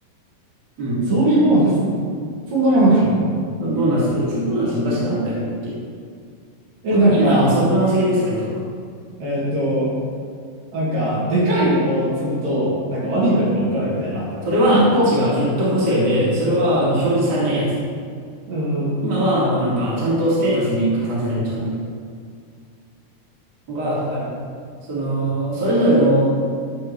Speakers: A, on the right; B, on the right.
A: うん。
B: 装備ボーナス
A: 装
B: そんなものがあるの
A: 備ボーナス、装備ボーナス昔なかったっけ、
B: え、
A: まあ、
B: なんか、
A: 今はもう装備ボーナス系です、割と。
B: えっと、なんか、でかいのを積むと、なんか悪いことが起こるみたいなのあったよね。
A: それは違う。
B: フィット。
A: フィット補正で、それは、
B: うん、
A: あの、表示されないやつ。
B: うん、うん。
A: 今はもうなんか、ちゃんとステータスに加算される、ちゃんと。がある。その、それぞれの、